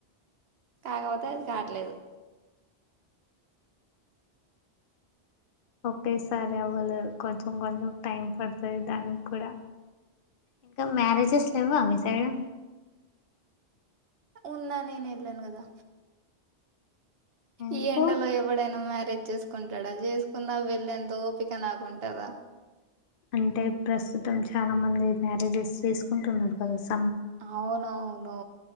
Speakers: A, on the right; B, on the left.
A: కాకపోతే అది కావట్లేదు.
B: ఒకేసారి అవ్వలేవు కొంచెం కొంచెం టైం పడుతుంది. దానికి కూడా ఇంకా మ్యారేజెస్ లేవా మీ సైడు.
A: ఉన్నా నేను వేళ్లను కదా.
B: ఎందుకు
A: ఈ ఎండలో ఎవడైనా మ్యారేజ్ చేసుకుంటాడా చేసుకున్నా వెళ్ళ ఎంత ఓపిక నాకుంటదా.
B: అంటే ప్రస్తుతం చాలా మంది మ్యారేజెస్ చేసుకుంటున్నాడు కదా సార్.
A: అవునవును